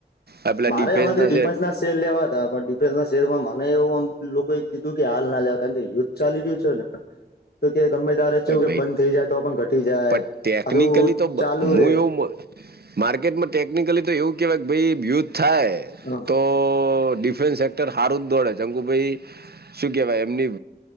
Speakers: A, on the right; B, on the left.
A: આપેલા
B: મારે
A: ડિફેન્સ
B: હમણાંથી
A: ના
B: ડિફેન્સના
A: છે
B: શેર લેવા હતા પણ ડિફેન્સ ના શેરમાં મને એવું આમ લોકોએ કીધું કે હાલ ના લેવા કારણ કે યુદ્ધ ચા લી રહ્યું છે ને હ <inaudible> તો કે ગમે ત્યારે તેનું
A: ભાઈ
B: કે
A: ભાઈ
B: બંધ થઈ જાય તો પણ ઘટી જાય
A: પણ ટેકનિકલી
B: આછું
A: તો બ
B: ચાલુ
A: હું
B: રે
A: એવું મ માર્કેટમાં ટેકનિકલી તો એવું કેવાય ભાઈ યુઘ થાય
B: હમ.
A: તો ડિફેન્સે અત હારું જ દોડે શંકુભાઈ શું કેહેવાય એમની